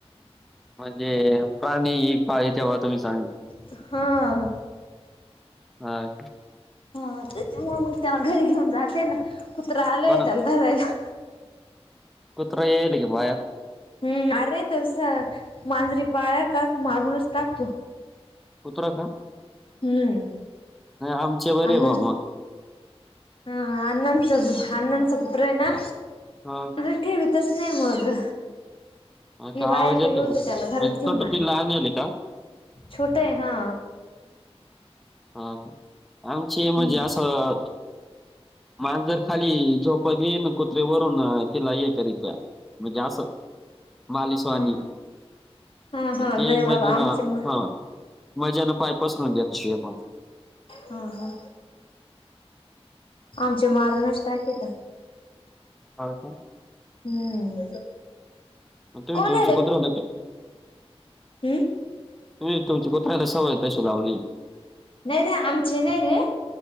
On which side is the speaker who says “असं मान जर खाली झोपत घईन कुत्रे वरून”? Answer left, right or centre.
Centre